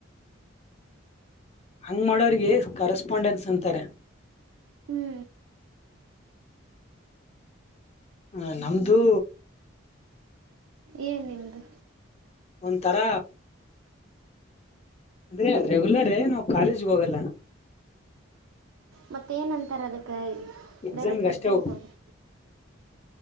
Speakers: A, on the left; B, on the right.
A: ಹಂಗ್ ಮಾಡೋಿಗೆ ಕರೆಸ್ಪಾಂಡೆನ್ಸ್ ಅಂತಾರೆ
B: ಹ್ಞೂ
A: ಹ ನಮ್ದು
B: ಏನ್ ನಿಮ್ದು
A: ಒಂಥರ ಅಂದ್ರೆ ರೆಗ್ಯುಲರೇ ನಾವವು ಕಾಲೇಜ್ಗೆ ಹೋಗಲ್ಲ
B: ಮತ್ತ ಏನ್ಂತಾರ ಅದಕ್ಕ
A: ಎಕ್ಸಾಮ್ಗೆ
B: ಡೈರೆಕ್ಟ್ ಎಕ್ಸಾಮ್
A: ಅಷ್ಟೇ ಹೋಗ
B: ಕೊಡಿ